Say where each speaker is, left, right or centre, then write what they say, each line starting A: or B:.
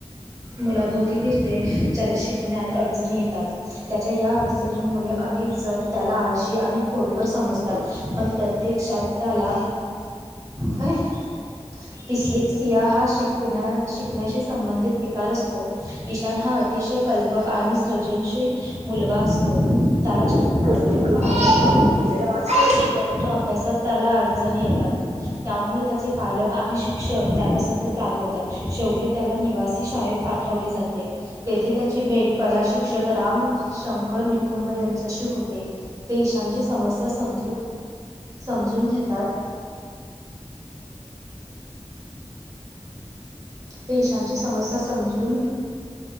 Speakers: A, on the right (about 30°); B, on the right (about 85°).
A: मुलाभोवती फिरते ज्याला शिकण्यात अडचणी येतात त्याच्या या अडचणींमुळे अनेक जण त्याला आळशी आणि खोडकर समजतात पण प्रत्यक्षात त्याला काय ह टिस्लिकसिया हा शिकण्या शिकण्याशी संबंधित विकार असतो ईशान हा अतिशय कल्पक आणि सशील मुलगा असतो त्याला चित्रकला
B: ह
A: खूप आवडते
B: <unintelligible> एक <unintelligible>
A: परंतु अभ्यासात त्याला अडचणी येतात, त्यामुळे त्याचे पालक आणि शिक्षक त्याला सतत रागवतात शेवटी त्याला निवासी शाळेत पाठवले जाते. तेथे त्याची भेट कला शिक्षक राम शंकर निखुंब यांच्याशी होते देशांची समस्या समजून समजून घेतात देशांची समस्या समजून